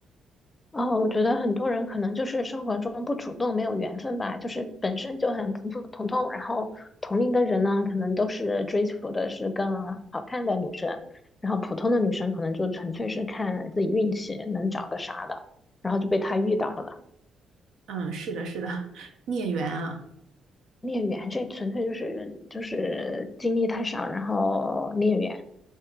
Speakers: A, on the left; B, on the right.
A: 哦，我觉得很多人可能就是生活中不主动，没有缘分吧，就是本身就很普普通通，然后同龄的人呢，可能都是追求的是更好看的女生，然后普通的女生可能就纯粹是看自己运气能找个啥的，然后就被他遇到了
B: 嗯，是的，是的，<laughs> 孽缘啊，
A: 孽缘，这纯粹就是就是经历太少，然后孽缘，